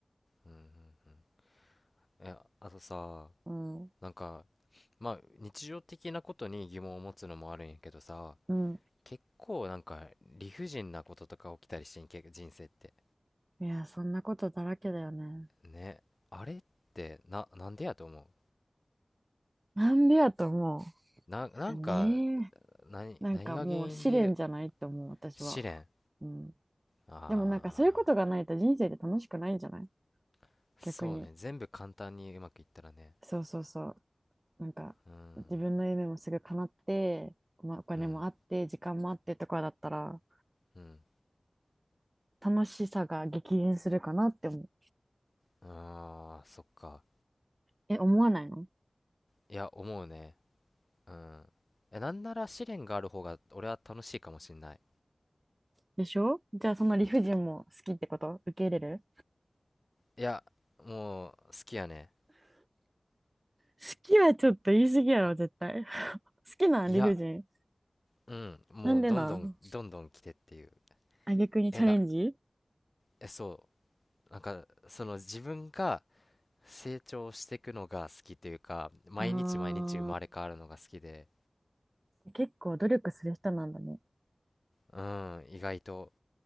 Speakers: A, on the left; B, on the right.
A: うんうんうん。え、あとさ、
B: う。うん。
A: なんか、まあ、日常的なことに疑問を持つのもあるんやけどさ、
B: うん。
A: 結構なんか理不尽なこととか起きたりしてんけ人生って
B: いや、そんなことだらけだよね。
A: ねあれってな、なんでやと思
B: なんでやと思
A: うな、なんか
B: う。ねえ。
A: 何、
B: なんかもう試練じゃないと思う、
A: 何が原因で
B: 私は。
A: 試練
B: うん。
A: ああ
B: でもなんかそういうことがないと人生で楽しくないんじゃない
A: ーそうね全部簡単にうまくいったらね
B: 逆に。そうそうそう。なんか、
A: うん
B: 自分の夢もすぐ叶って、まあ、お金もあって、
A: うん
B: 時間もあってとかだったら、
A: うん
B: 楽しさが激減するかなって思う。
A: ああーそっか
B: え、思わないの
A: いや思うねうんえなんなら試練がある方が俺は楽しいかもしんない
B: でしょじゃあ、その理不尽も好きってこと受け入れる
A: いやもう好きやね
B: 好きはちょっと言い過ぎやろ、絶対。<laughs> 好きなん理不尽。
A: いやうんもうどんどんどんどん来てっていう
B: なんでなんあ、逆にチャレンジ
A: え、な、え、そう。なんか、その自分が成長していくのが好きというか、毎日毎日生まれ変わるのが好きで、
B: あー、結構努力する人なんだね。
A: うん、意外と。